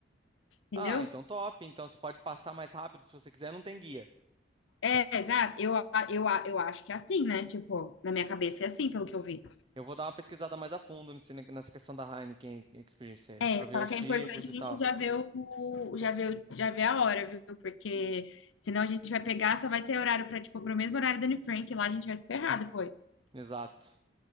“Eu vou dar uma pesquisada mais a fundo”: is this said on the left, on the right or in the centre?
Right